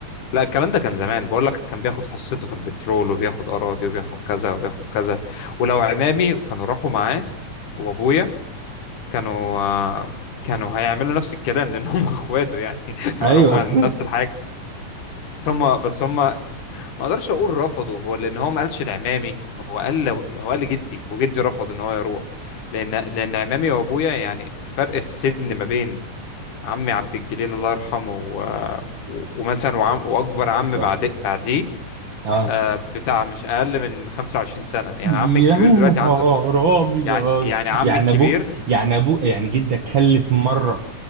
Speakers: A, on the left; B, on the right.
A: لا الكلام ده كان زمان بقول لك كان بياخد حصته في البترول وبياخد أراضي وبياخد كذا وبياخد كذا ولو عمامي كانوا راحوا معاه وأبويا كانوا آه، كانوا هيعملوا نفس الكلام لان هم <laughs> اخواته يعني <laughs> فهم
B: ايوه <laughs>
A: نفس الحاجه هم بس هم ما اقدرش اقول رفضوا هو لان هو ما قالش لعمامي هو قال هو قال لجدي وجدي رفض ان هو يروح لان لان عمامي وابويا يعني فرق السن ما بين عمي عبد الجليل الله يرحمه و... و- ومثلا وعم... واكبر عم
B: الله
A: بعد
B: يرحمه.
A: بعديه
B: اه
A: آه، بتاع مش اقل من 25 سنه يعني
B: يا
A: عمي الكبير
B: نهار
A: دلوقتي عنده
B: ابيض
A: يعني يعني عمي
B: يعني
A: الكبير
B: ابوك يعني ابوك يعني جدك خلف مره